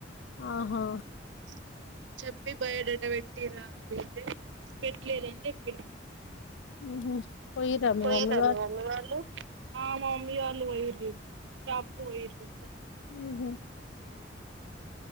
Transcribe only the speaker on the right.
ఉమ్ చెప్పి బయోడేటా పెట్టిరా అని చెప్పితే పెట్టలేదని చెప్పిన
పొయ్యిర్రా
మీ మమ్మి వాళ్ళు ఆ మా మమ్మి వాళ్ళు పొయ్యిరూ షాప్ కు పోయ్యిరు